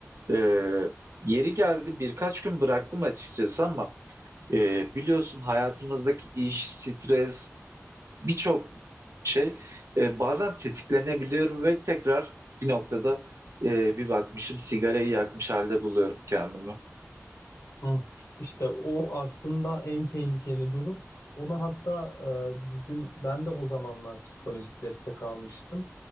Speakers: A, on the right (about 65°); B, on the left (about 85°).
A: E, yeri geldi birkaç gün bıraktım açıkçası ama e, biliyorsun hayatımızdaki iş, stres, birçok şey e, bazen tetiklenebiliyorum ve tekrar bir noktada e, bir bakmışım sigarayı yakmış halde buluyorum kendimi.
B: Hı. İşte o aslında en tehlikeli durum. Ona hatta e, bizim ben de o zamanlar psikolojik destek almıştım.